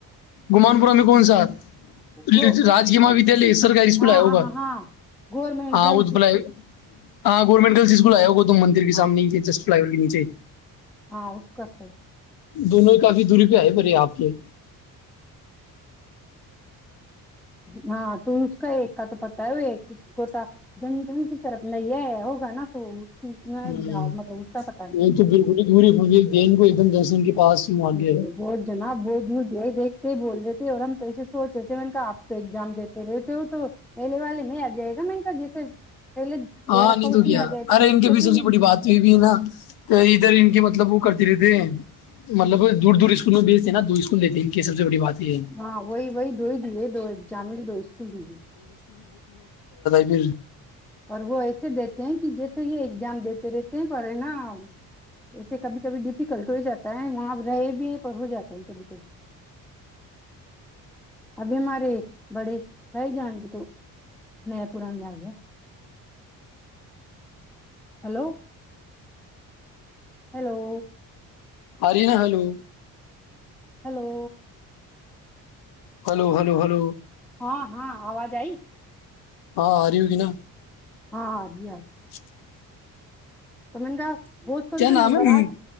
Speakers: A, on the left; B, in the centre.
A: گمان پور میں کون س آح
B: گو
A: راکی مہا ودیالیہ سرکاری اسکول
B: ہاں
A: آئے
B: ہاں
A: ہوگا
B: ہاں ہاں گورنمنٹ
A: ہاں
B: گرلس
A: وہ تو
B: اسکول
A: بل ہاں گورنمنٹ جس کو ل آیا گ تو مندر کے
B: ہاں
A: سامنے ہی تھے جسٹ فائیور کنی چاہی
B: ہاں اٹ کووس ہے
A: دونوں ہی کافی دوری پہ آئے پرے آپ کے
B: ہاں تو اس کا ایک کا تو پتا ہے وہ ایک کو جن جن کی طرف نہیں ہے ہوگا نا تو میں
A: ہ
B: مطلب اس کا پتا نہیں
A: یہ
B: ہے
A: تو بالکل ہی دوری پ دین کو ایک دم جسنگ کے پاس ہی مار
B: ارے
A: گیا ہے۔
B: بہت جنا بہود ج دیکھتے بول رہتےے اور ہم ایسے سوچ رہے تھے میں آپ کو ایگزام دیتے رہتے ہو تو میلے والے میں آ جائے گا میں کا جیسے پہلے
A: ہاں
B: دے رکھا
A: نہیں تو
B: اس
A: کیا
B: میں آ جائے تو کوئی
A: ارے ان
B: دقت
A: کے بیچوں
B: ہی نہیں
A: سے بڑی بات ہوئی بھی ہے نا تو ادھر ان کے مطلب وہ کرتے دھیر دھیرے مطلب دور دور اسکول میں بھیتے نا دو اسکول لیتے ہیں ان کی یہ سب سے بڑی بات یہ ہے
B: ہاں وہی وہی دو ہی دی دو جام کی دو اسکول کی بھی
A: جی
B: اور وہ ایسے دیتے ہیں کہ جیسے یہ ایگزام دیتے رہتے ہیں پر ہے نا ایسے کبھی کبھی ڈیفیکلٹ ہو جاتا ہے وہاں رہے بھی ہیں پر ہو جاتا ہے ک ابھی ہمارے بڑے بھائی جان کے تو نیا پورہ میں آ گیا ہیلو ہیلو
A: ہری نا hello
B: hello
A: hello hello hello
B: ہاں ہاں آواز آئی
A: ہاں ہاری ہوگی نا
B: ہاں ہاں جی آ
A: اچھا
B: تو من کاا بت وقت
A: کیا نام
B: نمبر
A: ہے
B: آ